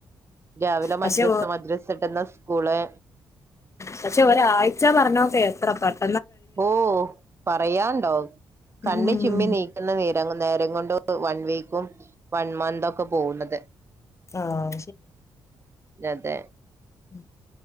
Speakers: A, on the right; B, on the left.
A: രാവിലെ
B: പക്ഷെ
A: മദ്രസ മദ്രസ ആട്ടെന്താ സ്കൂള്
B: പക്ഷെ ഒരാഴ്ച പറഞ്ഞൊക്കെ എത്ര പട്ട
A: ഓഹ് പറയാണ്ടോ കണ്ണി
B: ഉം
A: ചിമ്മിനി നേരം കൊണ്ട് വൺ വീക്കും വൺ മന്തൊക്കെ പോന്നത്
B: ആഹ്
A: അതെ
B: ഉം